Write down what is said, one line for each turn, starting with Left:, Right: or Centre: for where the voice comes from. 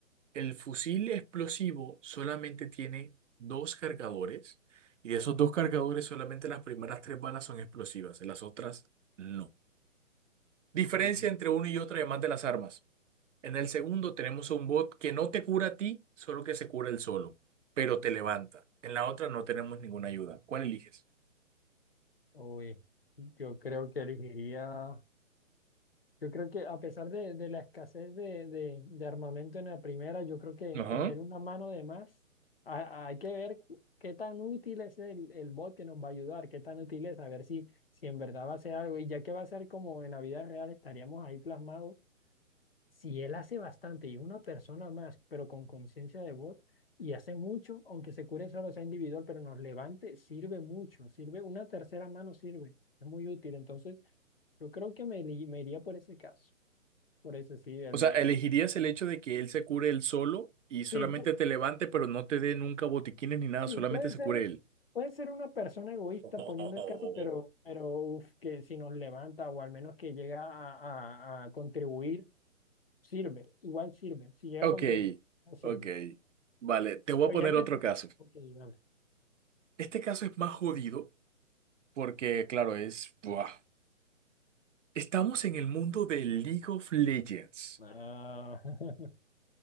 Right: El fusil explosivo solamente tiene dos cargadores y de esos dos cargadores solamente las primeras tres balas son explosivas, las otras no. Diferencia
Left: Mm,
Right: entre uno y otro además de las armas. En el segundo tenemos a un bot que no te cura a ti, solo que se cura él solo, pero te levanta. En la otra no tenemos ninguna ayuda. ¿Cuál eliges?
Left: Uy, yo creo que elegiría. Yo creo que a pesar de, de la escasez de, de- de armamento en la primera, yo creo que
Right: Ajá.
Left: tener una mano de más, ha- hay que ver cu- qué tan útil es el, el bot que nos va a ayudar, qué tan útil es, a ver si, si en verdad va a hacer algo. Y ya que va a ser como en la vida real, estaríamos ahí plasmados. Si él hace bastante y es una persona más, pero con conciencia de bot, y hace mucho, aunque se cure solo sea individual, pero nos levante, sirve mucho, sirve, una tercera mano sirve, es muy útil. Entonces, yo creo que me, li- me iría por ese caso. Por eso sí, el
Right: O sea,
Left: de...
Right: ¿elegirías el hecho de que él se cure él solo y solamente
Left: Sí, pu-
Right: te levante, pero no te dé nunca botiquines ni nada,
Left: sí,
Right: solamente
Left: puede
Right: se
Left: ser,
Right: cure él?
Left: puede ser una persona egoísta
Right: <laughs>
Left: poniendo el caso, pero, pero uf, que si nos levanta o al menos que llega a, a- a contribuir, sirve, igual sirve. Si llega
Right: Ok,
Left: a contribuir, no sirve.
Right: ok. Vale, te voy
Left: Pero
Right: a poner
Left: ya que
Right: otro
Left: tú...
Right: caso.
Left: Ok, dale.
Right: Este caso es más jodido porque, claro, es... buah. Estamos en el mundo de League of Legends,
Left: Ah, <laughs>